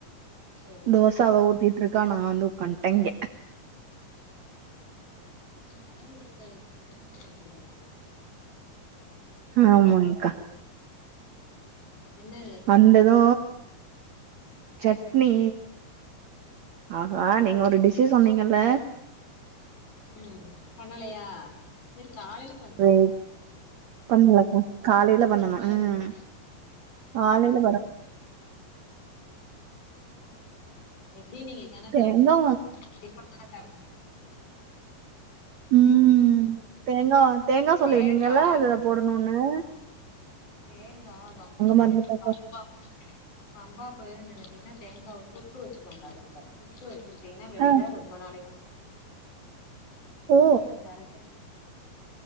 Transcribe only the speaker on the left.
சேரி
சரி யாராவது ஒருத்தரு மாட்ட மா
உ <unintelligible> என்ன
உ பண்ணலையா பிர் காலைல
காலையில
பண்ணுங்க
<unintelligible> எப்டி நீங்க இதானே
சாப்பிடுவீங்க டிபன் தானே சாப்பிடுவிங்க
தேங்கா
தேங்க வம்
ப பம்பா போயிரு நினைத்தீங்கன்னா தேங்காயாவை கூட்டு வச்சுக்கோங்க அடுப்புல சுற்று வச்சுக்கிட்டீங்கன்னா வெளிலல
ரொம்ப நாளைக்கு
அது சரத்தாய